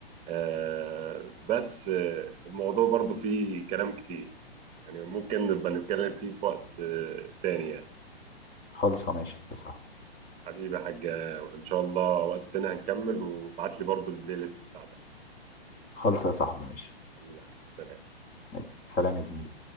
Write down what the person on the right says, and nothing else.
آه بس آه، الموضوع برضه فيه كلام كتير يعني ممكن نبقى نتكلم فيه في وقت آه، تاني يعني
حبيبي يا حاج ان شاء الله وقت تاني هنكمل وابعت لي برضو البلاي ليست بتاعتك
حبيبي يا حاج سلام